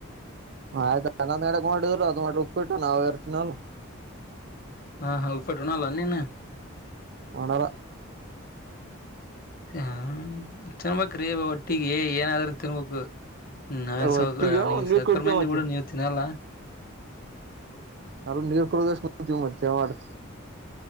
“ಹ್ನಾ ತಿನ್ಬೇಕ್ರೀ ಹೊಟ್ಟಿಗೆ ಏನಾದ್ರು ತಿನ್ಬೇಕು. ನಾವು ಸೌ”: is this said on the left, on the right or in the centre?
Left